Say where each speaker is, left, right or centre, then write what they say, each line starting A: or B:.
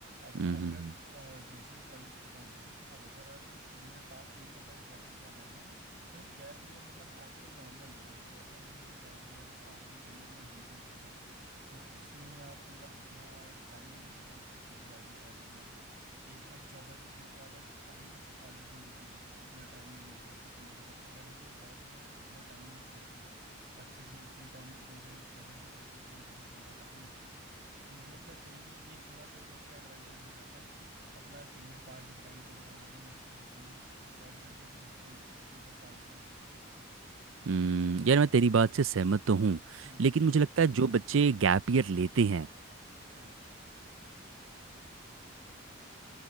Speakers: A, on the right; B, on the right.
A: अब
B: हम्म
A: अगर अ, जैसे ही कॉलेज ख़त्म हुआ है अब अगर क्लियर पाथ नहीं पता है कि आगे क्या करना है तो एक गैप ईयर मतलब आजकल नॉर्मल हो गया है तो ऐसा भी नहीं कि गैप ईयर आपके करियर में हिंड्रेंस होगा तो उसमें आप मतलब अपना एक टाइम लेके सोच सकते हो कि आगे क्या करना है एक अच्छा सा कि फिर क्या होता है कि अभी जैसे कॉलेज में बिजी हो तो उतना टाइम नहीं मिल रहा है सोचने का बट अगर वही एक गैप ईयर है तो अपना टाइम लो सोचो अच्छे से फ्री टाइम में पूरे तरह से प्रिपरेशन करो पूरा टाइम उसको दो तो मुझे लगता है कई ये थोड़ा सा एक उसका एडवांटेज हो जाता है कि एक अपना करियर पाथ डिफाइन करो और देन उसके गोल डिसाइड करके फिर उस पर उसके ऊपर काम करो
B: हम्म यार मैं तेरी बात से सहमत तो हूँ
A: हम्म
B: लेकिन मुझे लगता है जो बच्चे गैप ईयर लेते हैं
A: हाँ